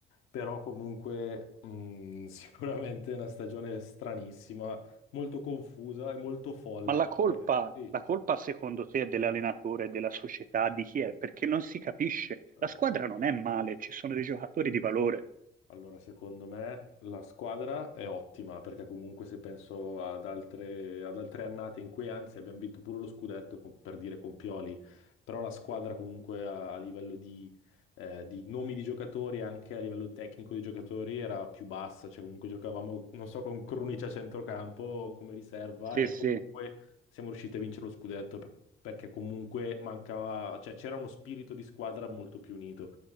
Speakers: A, on the left; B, on the right.
A: però comunque mh, <laughs> sicuramente è una stagione stranissima, molto confusa e molto folle,
B: Ma la
A: perché
B: colpa,
A: sì,
B: la colpa secondo te è dell'allenatore, della società, di chi è? Perché non si capisce.
A: eh,
B: La squadra non è male, ci sono dei giocatori di valore.
A: Allora, secondo me la squadra è ottima perché comunque se penso ad altre, ad altre annate in cui anzi abbiamo vinto pure lo scudetto con- per dire con Pioli, però la squadra comunque a, a livello di, eh, di nomi di giocatori e anche a livello tecnico di giocatori era più bassa, cioè comunque giocavamo, non so, con Krunic a centrocampo come riserva
B: Sì,
A: e
B: sì,
A: comunque siamo riusciti a vincere lo scudetto per- perché comunque mancava, cioè c'era uno spirito di squadra molto più unito.